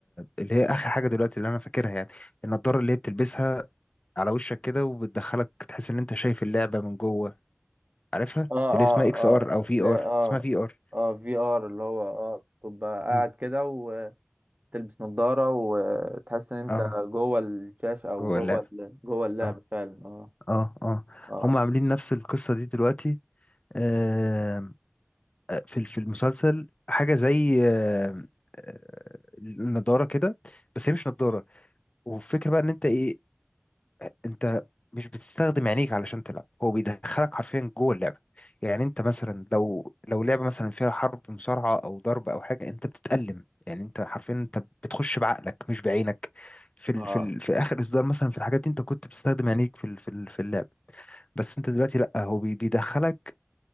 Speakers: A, on the left; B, on the right.
A: اللي هي اخر حاجه دلوقتي اللي انا فاكرها يعني النضاره اللي هي بتلبسها على وشك كده وبتدخلك تحس ان انت شايف اللعبه من جوه عارفها
B: اه اه
A: اللي اسمها اكس
B: اه
A: ار او في
B: لا
A: ار
B: اه
A: اسمها في ار
B: اه في ار اللي هو اه تبقى قاعد
A: <coughs>
B: كده وتلبس نظارة وتحس ان انت
A: اه
B: جوه الشاشة او
A: جوه
B: جوه
A: اللعبه
B: ال- جوه اللعبة
A: اه
B: فعلا اه
A: اه اه
B: اه
A: هم عاملين نفس القصه دي دلوقتي آه، في ال- في المسلسل حاجه زي آه، آه، النضاره كده بس هي مش نضاره والفكره بقى ان انت ايه انت مش بتستخدم عينيك علشان تلعب هو بيدخلك حرفيا جوه اللعبه يعني انت مثلا لو لو لعبه مثلا فيها حرب مصارعه او ضرب او حاجه انت بتتألم يعني انت حرفيا انت بتخش بعقلك مش بعينك في ال
B: اه
A: في ال في اخر اصدار مثلا في الحاجات دي انت كنت بتستخدم عينيك في ال في ال في اللعب بس انت دلوقتي لا هو بي- بيدخلك